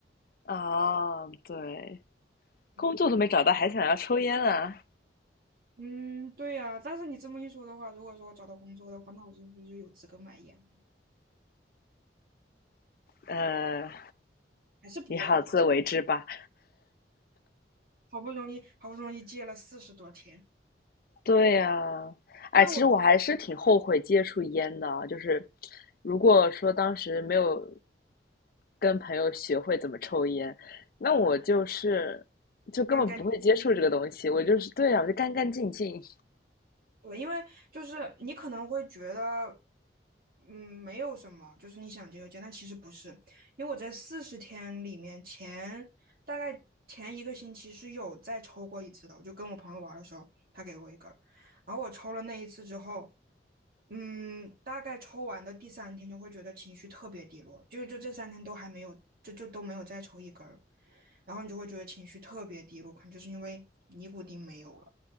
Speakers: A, on the left; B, on the right.
A: 哦，对，
B: 嗯
A: 工作都没找到，还想要抽烟啊？
B: 嗯，对呀，但是你这么一说的话，如果说我找到工作的话，那我是不是就有资格买烟了？
A: 呃，
B: 还是不要了吧？
A: 你好自为之吧。
B: 好不容易，好不容易戒了四十多天，
A: 对呀、哎，
B: 因为我
A: 其实我还是挺后悔接触烟的啊就是如果说当时没有跟朋友学会怎么抽烟，那我就是就根本不会接触这个东西，
B: 刚刚
A: 我就是对啊，我就干干净净。
B: 对，因为就是你可能会觉得，嗯，没有什么，就是你想结就结，但其实不是，因为我在四十天里面前大概前一个星期是有再抽过一次的，我就跟我朋友玩的时候，他给我一根儿，然后我抽了那一次之后，嗯，大概抽完的第三天就会觉得情绪特别低落，就就这三天都还没有，就就都没有再抽一根儿，然后你就会觉得情绪特别低落，可能就是因为尼古丁没有了。